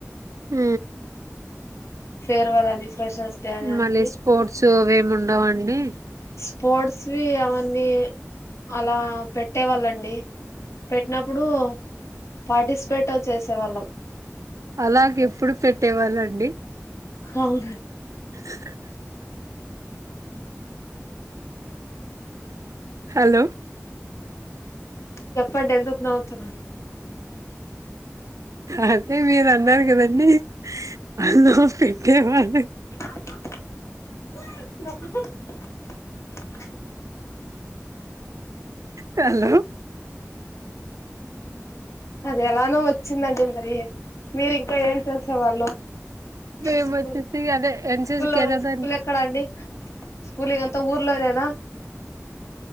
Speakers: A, on the right; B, on the left.
A: హు
B: ఫెర్వల్ అని ఫ్రెషర్స్ డే అని అన్ని
A: మళ్ళీ స్పోర్ట్స్ అవేమి ఉండవండి
B: స్పోడ్స్ వి అవన్నీ అలా పెట్టేవాళ్ళం డి పెట్టినప్పుడు పార్టిస్పేట్ చేసే వాళ్ళం
A: అలాగేప్పుడు పెట్టేవాళ్ళండి
B: అవున్నన్
A: <inaudible> హలో
B: చెప్పండి ఎందుకు నవ్వుతున్నా
A: అదే మీరు అన్నారు కదండీ అందు పెట్టేవారని
B: <unintelligible>
A: హలో
B: అది ఎలానో వచ్చిందండి మరి మీరు ఇంకా ఏం చేసేవాళ్ళు
A: మేము
B: స్కూల్
A: వచ్చేసి అదే ఎన్సిసి
B: స్కూల్
A: కెళ్ళేదాన్ని
B: స్కూల్ ఎక్కడా అండి స్కూలింగ్ అంతా ఊర్లోనేనా